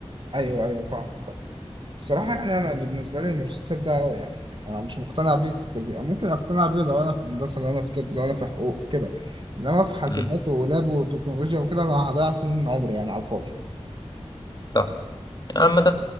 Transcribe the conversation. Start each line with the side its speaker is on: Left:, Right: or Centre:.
Right: ايوه ايوه فاهم الصراحة يعني أنا بالنسبة لي الماجستير ده يعني أنا مش مقتنع بيه في كلية ممكن أقتنع بيه لو أنا في هندسة لو أنا في طب لو أنا في حقوق كده إنما في حاسبات
Left: يعني
Right: ولاب وتكنولوجيا وكده أنا هضيع سنين من عمري يعني على الفاضي
Left: صح يعني عامة